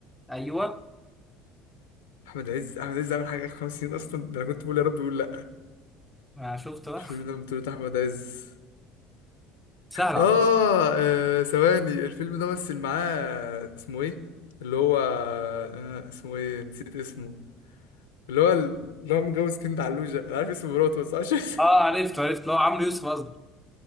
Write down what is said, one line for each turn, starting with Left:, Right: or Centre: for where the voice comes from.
Centre: ايوه
Left: أحمد عز أحمد عز عمل حاجة آخر خمس سنين أصلا ده أنا كنت بقول يا رب يقول لأ
Centre: ما شفت بقى
Left: الفيلم ده بطولة أحمد عز
Centre: سهل على
Left: آه
Centre: فكره
Left: آه، ثواني الفيلم ده مثل معاه اسمه إيه؟ اللي هو آه، اسمه إيه؟ نسيت اسمه اللي هو اللي هو متجوز كند علوشة أنا عارف اسم مراته بس عشان <laughs>
Centre: اه عرفت عرفت لو عمرو يوسف قصدي